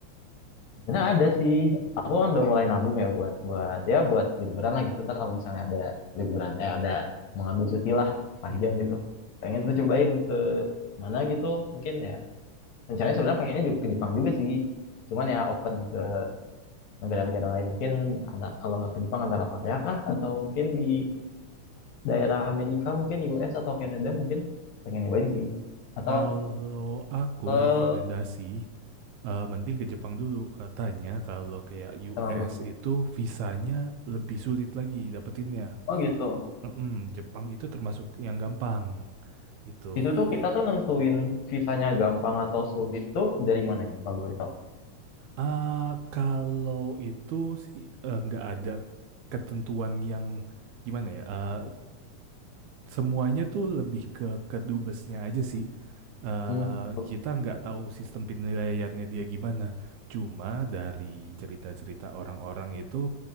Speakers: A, on the left (about 70°); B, on the right (about 80°).
A: Sebenarnya ada sih. Aku kan udah mulai nabung ya buat buat ya buat liburan lah gitu. Ntar kalau misalnya ada liburan eh ada mengambil cuti lah panjang
B: Mhm.
A: gitu. Pengen tuh cobain ke mana gitu mungkin ya. Rencananya sebenarnya pengennya juga ke Jepang juga sih. Cuman ya open ke negara-negara lain. Mungkin anak kalau nggak ke Jepang antara Korea kah atau mungkin di daerah Amerika mungkin US atau Kanada mungkin pengen nyobain sih. Atau
B: Kalau aku
A: ke
B: rekomendasi, eh, mending ke Jepang dulu. Katanya kalau kayak US
A: kenapa
B: itu visanya lebih sulit lagi dapetinnya.
A: Oh gitu.
B: Mm-mm, Jepang itu termasuk yang gampang gitu.
A: Itu tuh kita tuh nentuin visanya gampang atau sulit tuh dari mananya kalau boleh tahu?
B: Ah, kalau itu sih eh, nggak ada ketentuan yang gimana ya. eh, semuanya tuh lebih ke kedubesnya aja sih. eh
A: Hmm, gitu.
B: kita nggak tahu sistem penilaiannya dia gimana. Cuma dari cerita-cerita orang-orang itu